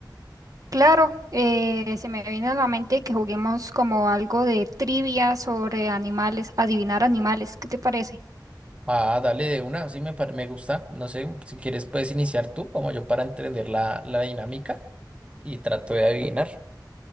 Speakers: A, on the right (about 50°); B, on the right (about 15°).
A: Claro, eh, se me vino a la mente que juguemos como algo de trivia sobre animales, adivinar animales, ¿qué te parece?
B: Ah, dale de una, sí me, par- me gusta, no sé, si quieres puedes iniciar tú como yo para entender la, la dinámica y trato de adivinar.